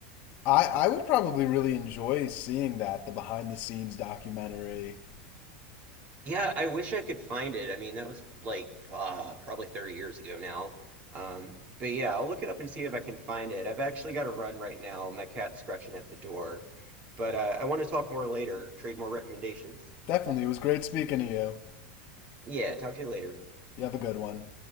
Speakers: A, on the left; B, on the right.
A: I I would probably really enjoy seeing that, the behind the scenes documentary.
B: Yeah, I wish I could find it. I mean, that was like uh, probably 30 years ago now. Um, but yeah, I'll look it up and see if I can find it. I've actually got to run right now. My cat's scratching at the door. But uh, I want to talk more later, trade more recommendations.
A: Definitely, it was great speaking to you.
B: Yeah, talk to you later.
A: You have a good one.